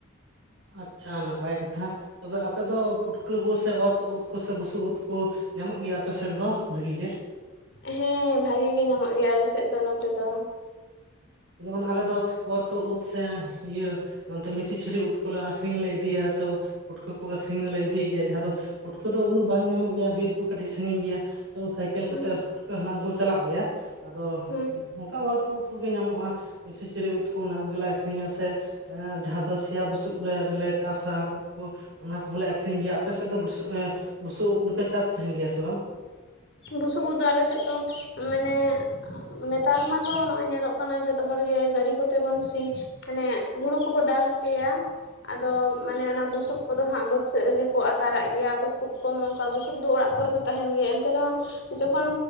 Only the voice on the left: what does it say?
ᱦᱮᱸ ᱵᱷᱟᱜᱤ ᱜᱮ ᱧᱟᱢᱚᱜ ᱜᱮᱭᱟ ᱟᱞᱮᱥᱮᱫ ᱫᱚ ᱱᱚᱛᱮ ᱫᱚ
ᱦᱩᱸ
ᱦᱩᱸ
ᱵᱩᱥᱩᱵ ᱩᱫ ᱫᱚ ᱟᱞᱮ ᱥᱮᱫ ᱫᱚ ᱢᱟᱱᱮ ᱱᱮᱛᱟᱨ ᱢᱟᱛᱚ ᱱᱚᱜ ᱚᱭ ᱧᱮᱞᱚᱜ ᱠᱟᱱᱟ ᱡᱚᱛᱚ ᱦᱚᱲ ᱜᱮ ᱜᱟᱹᱰᱤ ᱠᱚᱛᱮ ᱵᱚᱱ ᱥᱤ ᱢᱟᱱᱮ ᱦᱩᱲᱩ ᱠᱚᱵᱚ ᱫᱟᱞ ᱦᱚᱪᱚᱭᱟ ᱟᱫᱚ ᱢᱟᱱᱮ ᱚᱱᱟ ᱵᱩᱥᱩᱵ ᱠᱚᱫᱚ ᱦᱟᱸᱜ ᱵᱟᱹᱫᱽ ᱥᱮᱫ ᱨᱮᱜᱮ ᱠᱚ ᱟᱛᱟᱨᱟᱜ ᱜᱮᱭᱟ, ᱟᱫᱚ ᱠᱷᱩᱵ ᱠᱚᱢ ᱚᱱᱠᱟ ᱵᱩᱥᱩᱵ ᱫᱚ ᱚᱲᱟᱜ ᱠᱚᱨᱮ ᱫᱚ ᱛᱟᱸᱦᱮᱱ ᱜᱮ ᱮᱱᱛᱮ ᱨᱮᱦᱚᱸ ᱡᱚᱠᱷᱚᱱ